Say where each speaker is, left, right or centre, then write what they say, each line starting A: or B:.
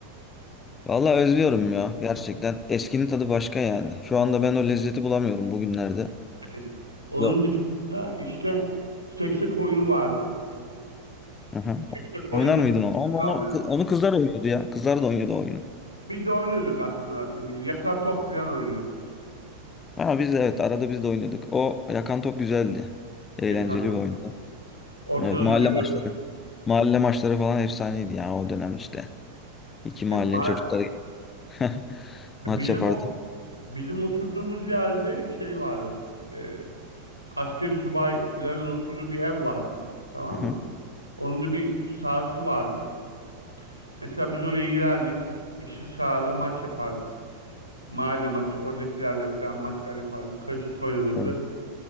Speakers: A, on the left (about 20°); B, on the left (about 85°).
A: Vallahi özlüyorum ya gerçekten. Eskinin tadı başka yani. Şu anda ben o lezzeti bulamıyorum bugünlerde.
B: Evet. Onun
A: Yok.
B: dışında işte seksek oyunu vardı.
A: Aha.
B: Seksek oyunu
A: Oynar mıydın onu? Ama
B: da
A: onu,
B: oynuyorduk.
A: onu kızlar oynuyordu ya. Kızlar da oynuyordu o oyunu.
B: Biz de oynuyorduk aslında. bir Yakar top falan oynuyorduk.
A: Ha biz de evet arada biz de oynadık. O yakan top güzeldi. Eğlenceli
B: Yakar
A: bir oyundu.
B: ortada
A: Evet mahalle
B: duruyor.
A: maçları. Mahalle maçları falan efsaneydi ya o dönem işte. İki mahallenin
B: Evet, ma-
A: çocukları gelip <laughs>
B: bizim
A: maç yapardı.
B: o bizim oturduğumuz yerde şey vardı. E, askeri subayların oturduğu bir ev vardı. Tamam
A: Hı hı.
B: mı? Onun da bir sahası vardı. Mesela biz oraya girerdik. İşte sahada maç yapardık. Mahalle maçı, oradakilerle falan maçlar yapardık. Karışık oynanırdı.
A: Evet.